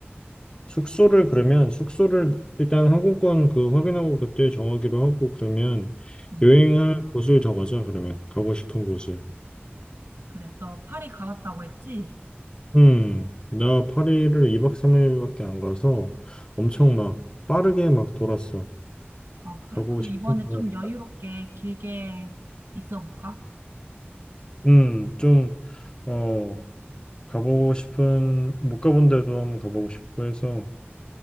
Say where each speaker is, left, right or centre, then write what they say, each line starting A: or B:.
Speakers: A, on the left; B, on the right.
A: 숙소를 그러면 숙소를 일단 항공권 그 확인하고 그때 정하기로 하고 그러면
B: 응.
A: 여행할 곳을 정하자 그러면 가고 싶은 곳을.
B: 그래. 너 파리 가봤다고 했지?
A: 음, 나 파리를 2박 3일밖에 안 가서 엄청 막 빠르게 막 돌았어.
B: 아, 그래?
A: 가고
B: 그럼
A: 싶은
B: 이번에
A: 곳.
B: 좀 여유롭게 길게 있어 볼까?
A: 음, 좀, 어, 가보고 싶은, 못 가본 데도 한번 가보고 싶고 해서,